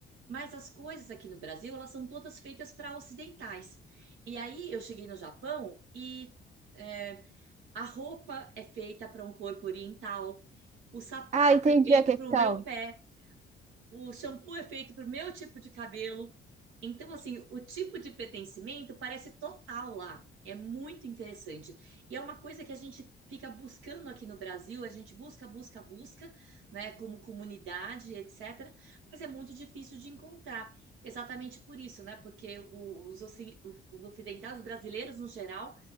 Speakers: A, on the right; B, on the right.
A: Mas as coisas aqui no Brasil, elas são todas feitas para ocidentais. E aí eu cheguei no Japão e é, a roupa é feita para um corpo oriental, o sapato
B: ah, entendi
A: é feito
B: a questão.
A: para o meu pé o shampoo é feito para o meu tipo de cabelo. Então, assim, o tipo de pertencimento parece total lá. É muito interessante. E é uma coisa que a gente fica buscando aqui no Brasil, a gente busca, busca, busca, né, como comunidade, etc. Mas é muito difícil de encontrar. Exatamente por isso, né? Porque os, oci- os ocidentais, os brasileiros no geral,